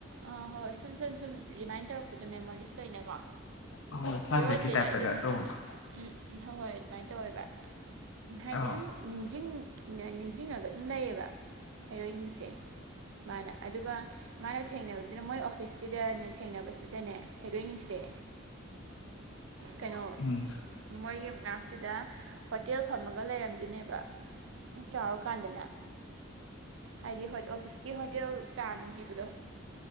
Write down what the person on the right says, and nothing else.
ꯑ ꯍꯣꯏ ꯁꯨꯝ ꯁꯨꯝ ꯁꯨꯝ ꯔꯤꯃꯥꯏꯟ ꯇꯧꯔꯛ ꯄꯗꯣ ꯃꯦꯃꯣꯔꯤꯁ ꯑꯣꯏꯅꯀꯣ
ꯍꯦꯔꯣꯁꯦ
ꯑꯗꯨꯝ
ꯎꯝ ꯎꯝ ꯍꯣꯏ ꯍꯣꯏ ꯑꯗꯨꯃꯥꯏꯅ ꯇꯧꯋꯦꯕ ꯍꯥꯏꯗꯤ
ꯑꯗꯨꯝ ꯅꯤꯡꯖꯤꯡ ꯅꯤꯡꯖꯤꯡꯉꯒ ꯑꯗꯨꯝ ꯂꯩꯌꯦꯕ ꯍꯩꯔꯣꯏꯅꯤꯁꯦ ꯃꯥꯅ ꯑꯗꯨꯒ ꯃꯥꯅ ꯊꯦꯡꯅꯕꯗꯨꯅ ꯃꯣꯏ ꯑꯣꯐꯤꯁꯁꯤꯗꯅꯦ ꯊꯦꯡꯅꯕꯁꯤꯗꯅꯦ ꯍꯩꯔꯣꯏꯅꯤꯁꯦ
ꯀꯩꯅꯣ
ꯃꯣꯏꯒꯤ ꯃꯅꯥꯛꯁꯤꯗ ꯍꯣꯇꯦꯜ ꯐꯝꯃꯒ ꯂꯩꯔꯝꯗꯣꯏꯅꯦꯕ ꯆꯥꯎꯔꯀꯥꯟꯗꯅꯦ ꯍꯥꯏꯗꯤ ꯑꯣꯐꯤꯁꯀꯤ ꯍꯣꯇꯦꯜ ꯆꯥ ꯅꯨꯡ ꯄꯤꯕꯗꯣ